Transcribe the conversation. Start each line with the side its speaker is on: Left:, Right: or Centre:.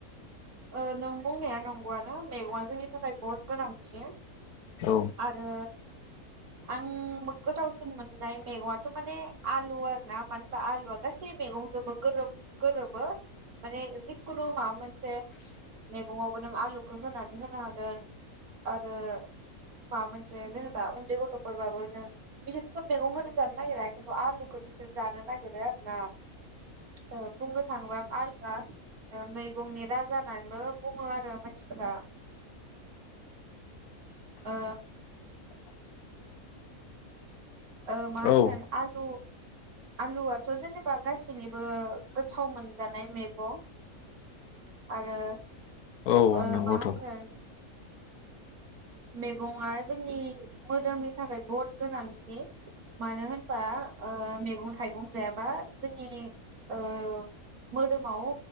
Right: ओ नों बुंनाया नंगौआनो मैगंआ जोंनि थाखाय बहुद गोनांथि।
Left: औ
Right: आरो आं गोथावसिन मोननाय मेगंया थ माने आलु आरो ना। मानो होनबा आलुया गासै मैगंजोंबो गोरोब गोरोबो। माने जिखुनु माबा मोनसे मैगङावबो नों आलुखौ होनानै होनो हागोन आरो माबा मोनसे जेनेबा उन्दै गथफोरबाबो नों बिसोरथ मैगंखौनो जानो नागिरा खिन्थु आलुखौ बिसोर जानो नागिरो आरो ना बुंनो थाङोबा आलु या मैगंनि राजा होननानैबो बुङो आरो मानसिफोरा। ओ ओ मा होनगोन
Left: औ
Right: आलु आलुआथ जेनेबा गासैनिबो गोथाव मोनजानाय मेगं आरो
Left: औ
Right: ओ
Left: नंगौथ'
Right: मा होनगोन
Left: औ
Right: मेगंआ जोंनि मोदोमनि थाखाय बहुत गोनांथि। मानो होनबा ओ मेगं थाइगं जायाबा जोंनि ओ मोदोमाव